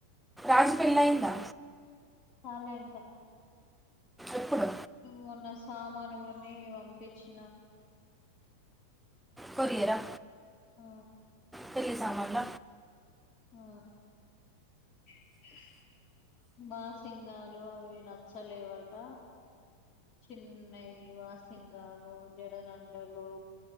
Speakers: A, in the centre; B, on the left.
A: ఆజ్ పెళ్లయ్యిందా
B: కాలే ఇంకా
A: ఎప్పుడు
B: మొన్న సామానుకొని పంపించిన
A: కొరియరా
B: ఆ
A: పెళ్లి సామాన్ల
B: ఆ ఆ బాసింగాలు అవి నచ్చలేవాట చిన్నయ్ వాసింగాలు జడగంటలు